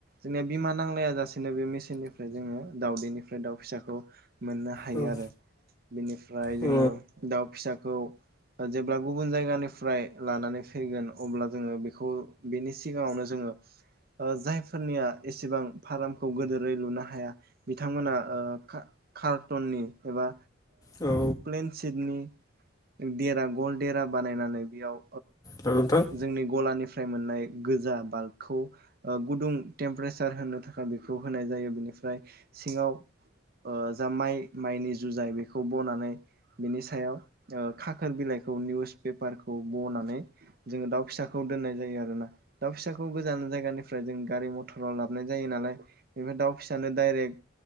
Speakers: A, on the right; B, on the left.
A: जोंनिया बिमा नांलाया जासेनो बे निफ्राय जोङो दाउदैनिफ्राय दाउ फिसाखौ। मोननो हायो
B: औ
A: आरो बेनिफ्राय जोङो
B: औ
A: दाउ फिसाखौ। जेब्ला गुबुन जायगानिफ्राय लानानै फैगोन अब्ला जोङो बेखौ बेनि सिगाङावनो। ज जायफोरनिया एसेबां फार्मखौ गोदोरै लुनो हाया बिथांमोना कार्टननि एबा।
B: औ
A: प्लेन सिटनि देरा गल देरा बानायनानै बेयाव।
B: हेल' नोंथां
A: जोंनि गलानिफ्राय मोननाय गोजा बाल्बखौ गुदुं टेम्पारेसार होनो थाखाय बेखौ होनाय जायो बेनि। ओमफ्राय सिङाव जा माइ माइनि जुजाय बेखौ बनानै। बिनि सायाव खाखोर बिलाइखौ निउस पेपारखौ बनानै। जोङो दाउ फिसाखौ दोननाय जायो आरोोना दाउ फिसाखौ गोजान जायगानिफ्राय जों गारि मथराव लाबाय जायो। ालाय बेनिफ्राय दाउ फिसानो दडायरेक